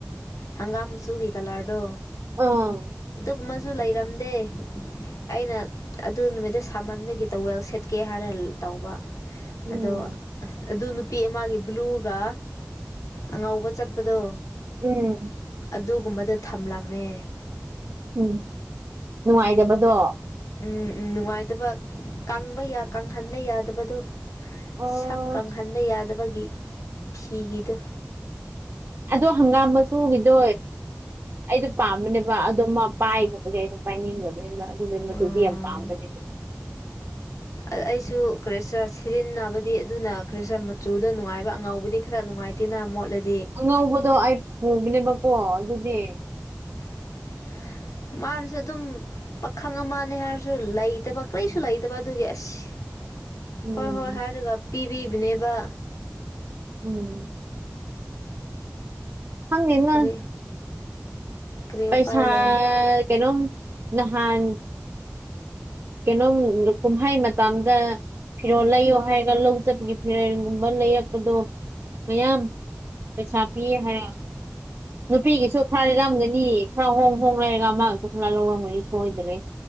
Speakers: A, on the left; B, on the right.
A: ꯍꯪꯒꯥꯝ ꯃꯆꯨꯒꯤ ꯀꯂꯔꯗꯣ
B: ꯑꯥ
A: ꯑꯃꯁꯨ ꯂꯩꯔꯝꯗꯦ ꯑꯩꯅ ꯑꯗꯨ ꯅꯨꯃꯤꯠꯇ ꯁꯥꯃꯟꯕꯒꯤ ꯇꯋꯦꯜ ꯁꯦꯠꯀꯦ ꯍꯥꯏꯔ ꯇꯧꯕ
B: ꯎꯝ
A: ꯑꯗꯣ ꯑꯗꯨ ꯅꯨꯅꯥꯄꯤ ꯑꯃꯒꯤ ꯕ꯭ꯂꯨꯒ ꯑꯉꯧꯕ ꯆꯠꯄꯗꯣ
B: ꯎꯝ
A: ꯑꯗꯨꯒꯨꯝꯕꯗ ꯊꯝꯂꯝꯃꯦ
B: ꯎꯝ ꯅꯨꯡꯉꯥꯏꯇꯕꯗꯣ
A: ꯎ ꯅꯨꯡꯉꯥꯏꯇꯕ ꯀꯪꯕ ꯌꯥ ꯀꯪꯍꯟꯕ ꯌꯥꯗꯕꯗꯣ
B: ꯑꯣ
A: ꯁꯝ ꯀꯪꯍꯟꯕ ꯌꯥꯗꯕꯒꯤ ꯐꯤꯒꯤꯗꯨ
B: ꯑꯗꯣ ꯍꯪꯒꯥꯝ ꯃꯆꯨꯒꯤꯗꯣ ꯑꯩꯗꯣ ꯄꯥꯝꯕꯅꯦꯕ ꯋꯥ ꯑꯗꯨꯣꯃ ꯄꯥꯏ ꯈꯣꯠꯄꯒꯤ ꯑꯩꯅ ꯄꯥꯏꯅꯤꯡꯗꯕꯅꯤꯕ ꯑꯗꯨꯗ ꯃꯨꯗꯤ
A: ꯑꯥ
B: ꯌꯥꯝ ꯄꯥꯝꯕꯅꯦꯕ
A: ꯑꯩꯁꯨ ꯈꯔꯤꯁꯔꯥ ꯁꯤꯖꯤꯟꯅꯕꯗꯤ ꯑꯗꯨꯅ ꯈ꯭ꯔꯤꯁꯔ ꯃꯆꯨꯗ ꯅꯨꯡꯉꯥꯏꯕ ꯑꯉꯥꯎꯕꯗꯤ ꯈꯔ ꯅꯨꯡꯉꯥꯏ <unintelligible>
B: ꯑꯉꯧꯕꯗꯣ ꯑꯩ ꯄꯨꯕꯅꯦꯕꯀꯣ ꯑꯗꯨꯗꯤ
A: <unintelligible> ꯃꯥꯅꯁꯨ ꯑꯗꯨꯝ ꯄꯥꯈꯪ ꯃꯥꯜꯅꯦ ꯍꯥꯏꯔꯁꯨ ꯂꯩꯇꯕ ꯀꯔꯤꯁꯨ ꯂꯩꯇꯕ ꯑꯗꯨꯒꯤ ꯑꯁ
B: ꯎꯝ
A: ꯍꯣꯏ ꯍꯣꯏ ꯍꯥꯏꯔꯒ ꯄꯤꯕꯤꯕꯅꯦꯕ
B: ꯎꯝ ꯍꯪꯦꯟꯅ
A: ꯀꯔꯤ ꯀꯔꯤ
B: ꯄꯩꯁꯥ
A: ꯎꯄꯥꯏ ꯂꯩ
B: ꯀꯩꯅꯣ ꯅꯍꯥꯟ ꯀꯩꯅꯣꯝ ꯀꯨꯝꯍꯩ ꯃꯇꯝꯗ ꯐꯤꯔꯣꯜ ꯂꯩꯌꯣ ꯍꯥꯏꯔꯒ ꯂꯧ ꯆꯕꯒꯤ ꯐꯤꯔꯜꯒꯨꯝꯕ ꯂꯩꯔꯛꯄꯗꯣ ꯃꯌꯥꯝ ꯄꯩꯁꯥ ꯄꯤꯌꯦ ꯍꯥꯏꯔ ꯅꯨꯄꯤꯒꯤꯁꯨ ꯐꯥꯔꯦꯔꯒ ꯈꯔ ꯍꯣꯡ ꯍꯣꯡ ꯂꯩꯔꯒ ꯃꯥꯒꯁꯨ ꯈꯔ ꯂꯧꯔꯝꯒꯅꯤ ꯁꯣꯏꯗ꯭ꯔꯦ